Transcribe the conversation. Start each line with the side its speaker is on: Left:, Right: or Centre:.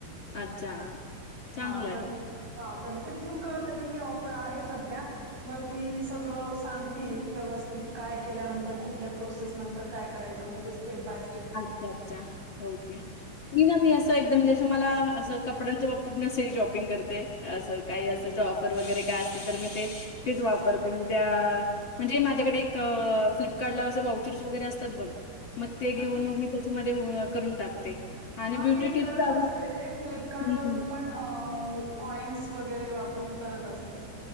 Left: अच्छा. चांगलं
Right: हा
Left: आहे.
Right: तर हा तर तिथून कळतं की ही ऑफर आहे सध्या. मग ती सगळं सांगते व्यवस्थित काय केल्यानंतर कुठल्या प्रोसेस नंतर काय करायचं म्हणजे स्टेप बाय स्टे
Left: अच्छा अच्छा ओके. मी ना मी असं एकदम म्हणजे मला असं कपड्यांच्या बाबतीत मी असं शॉपिंग करते असं. काही असेल तर ऑफर वगैरे काय असतील तर मी ते तेच वापरते म्हणजे त्या म्हणजे माझ्याकडे एक फ्लिपकार्टला असे वाउचस वगैरे असतात बग मग ते घेऊन
Right: अच्छा.
Left: मग मी त्याच्यामध्ये करून टाकते. आणि
Right: हा
Left: ब्युटी
Right: मी
Left: टिप्स
Right: करत असते
Left: अजून
Right: ते फ्लिपकार्ट
Left: हं,
Right: वरून
Left: हं.
Right: पण, अ कॉइन्स वगैरे वापरून करत असते.